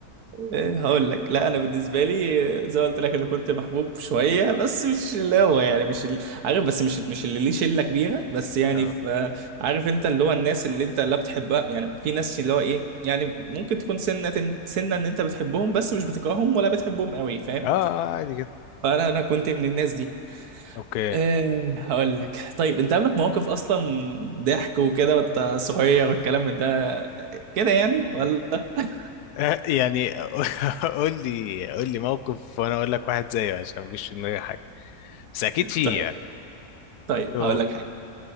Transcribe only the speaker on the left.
اه
اه آه، عادي جدا
اوكي
آه، يعني <laughs> قول لي قول لي موقف وانا اقول لك واحد زيه عشان مفيش في دماغي حاجة بس اكيد فيه
يعني
يوه